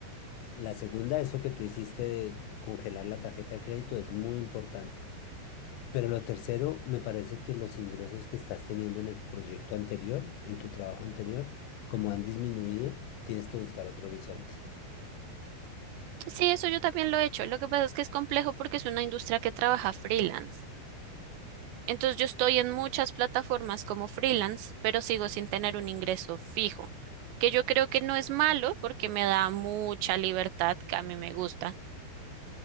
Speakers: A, on the left (about 85°); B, on the right (about 85°).
A: La segunda, eso que tú hiciste de congelar la tarjeta de crédito es muy importante. Pero lo tercero, me parece que los ingresos que estás teniendo en el proyecto anterior, en tu trabajo anterior, como han disminuido, tienes que buscar otro horizonte.
B: Sí, eso yo también lo he hecho. Lo que pasa es que es complejo porque es una industria que trabaja freelance. Entonces yo estoy en muchas plataformas como freelance, pero sigo sin tener un ingreso fijo, que yo creo que no es malo porque me da mucha libertad, que a mí me gusta,